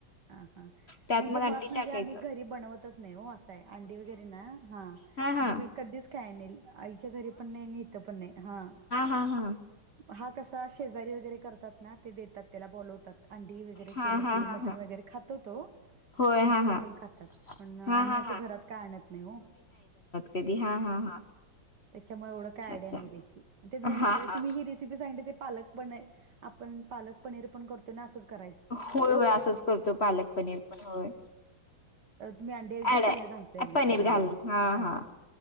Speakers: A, on the right; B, on the left.
A: हा हा
B: त्यात
A: म्हणजे
B: मग
A: मुळात
B: अंडी
A: म्हणजे
B: टाकायचं
A: आम्ही घरी बनवतच नाही हो असं आहे अंडी वगैरे ना हा म्हणजे
B: हां हां
A: मी कधीच काय नाही आईच्या घरी पण नाही आणि इथं पण नाही हा
B: हा हा
A: हा कसा शेजारी वगैरे करतात ना ते देतात त्याला बोलवतात अंडी वग वैे
B: हा
A: के
B: हा
A: की
B: हा
A: मटन
B: हा
A: वगैरे खातो तो
B: होय
A: मिस्टर
B: हा हा
A: पण खातात पण
B: हा
A: आम्ही
B: हा
A: असं घरात काय आणत नाही हो
B: कदी हा हा हा
A: त्याच्यामुळे एवढं
B: अच्छा
A: काय आयडया
B: अच्छा
A: नाही त्याची ते म्ह म्ह
B: हा
A: ते
B: हा
A: तुम्ही हिरी ग पालक प आपण पालक पनीर पण करत क
B: होय होय असंच करतो पालक पनीर पण होय
A: मी अंड्याऐवजी
B: ऍड
A: पनीर घालतय आ म्ही
B: पनीर
A: हा
B: घालून हा
A: घालतय
B: हा